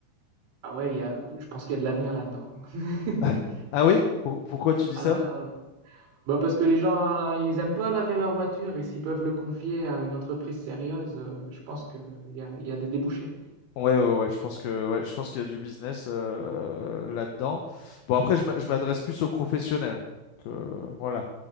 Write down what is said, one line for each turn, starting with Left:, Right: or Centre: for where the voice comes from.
Right: Ah ouais, il y a je pense qu'il y a de l'avenir là-dedans. <laughs>
Left: <laughs> Ah oui? Pour- pourquoi tu dis
Right: Ah
Left: ça?
Right: ouais, ouais. Bah, parce que les gens, hein, ils aiment pas laver leur voiture et s'ils peuvent le confier à une entreprise sérieuse, heu, je pense qu'il y a il y a des débouchés.
Left: Ouais, ouais, ouais, je pense que, ouais, je pense qu'il y a du business euh, là-dedans. Bon, après, je m'a- je m'adresse plus aux professionnels. Que, voilà.